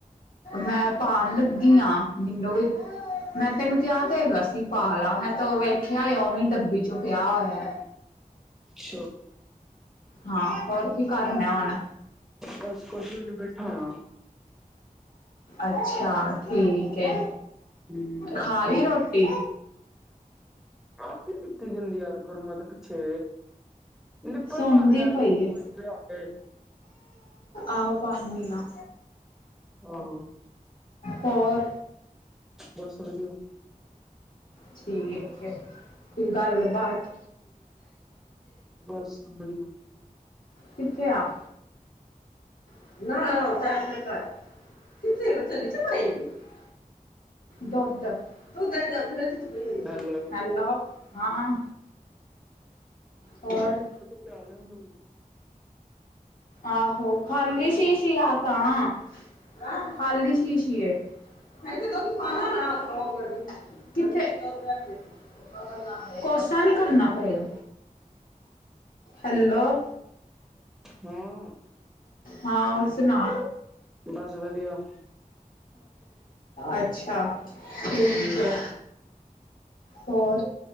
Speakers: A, on the left; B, in the centre.
A: ਮੈਂ ਪਾਣ ਲੱਗੀ ਆ, ਮੈਨੂੰ ਵੀ ਮੈਂ ਤੈਨੂੰ ਕਿਹਾ ਤੇ ਹੈਗਾ ਸੀ ਪਾ ਲਾ, ਮੈਂ ਤੋਂ ਵੇਖਿਆ ਏ, ਉਵੇ ਈ ਡੱਬੀ ਚੋਂ ਪਿਆ ਹੋਇਆ ਏ।
B: ਛ।
A: ਹਾਂ, ਹੋਰ ਕੀ ਕਰਨਾ ਹੁਣ?
B: ਬਸ ਕੁਛ ਵੀ ਨੀ ਬੈਠਾ ਹੋਇਆ
A: ਅੱਛਾ, ਠੀਕ ਏ।
B: ਹੂੰ।
A: ਖਾ ਲਈ ਰੋਟੀ?
B: ਆ ਕੀ ਕੀਤੀ ਜਾਂਦੀ ਯਾਰ ਗੁਰਮਤ ਪਿੱਛੇ? ਨਿੱਪਲ
A: ਸੌਦੀ
B: ਪਾ ਦੇ ਯਾਰ ਏਂਦੇ
A: ਪਈ
B: ਮੂੰਹ
A: ਏ।
B: ਵਿਚ ਲਿਆ ਕੇ।
A: ਆਹੋ ਪਾਨੀ ਆ।
B: ਹਾਂ।
A: ਹੋਰ?
B: ਬਸ ਵਧੀਆ
A: ਠੀਕ ਹੈ, ਫੇਰ ਗੱਲਬਾਤ
B: ਬਸ ਵਧੀਆ
A: ਕਿੱਥੇ ਆ? <unintelligible> ਦੁੱਧ, ਦੁਧ ਲੈਨ ਜਾਦੇਂ
B: ਹੈਲੋ
A: ਹੈਲੋ, ਹਾਂ, ਹੋਰ?
B: <unintelligible> ਦੇ ਓਹਨੂੰ।
A: ਆਹੋ ਖਾਲੀ ਸ਼ੀਸ਼ੀ ਆ ਤਾਂ ਖਾਲੀ ਸ਼ੀਸ਼ੀ ਕੀ ਏ? ਹਾਏ ਜਦੋਂ ਤੂਫ਼ਾਨ ਆਨਾ <unintelligible> ਕਿੱਥੇ? <unintelligible> ਕੋਸਾ ਨੀ ਕਰਨਾ ਪੇਗਾ, ਹੈਲੋ
B: ਹਾਂ
A: ਹਾਂ ਹੋਰ ਸੁਣਾ।
B: ਬਸ ਵਧੀਆ।
A: ਅੱਛਾ। ਠੀਕ
B: ਹੂੰ
A: ਆ ਹੋਰ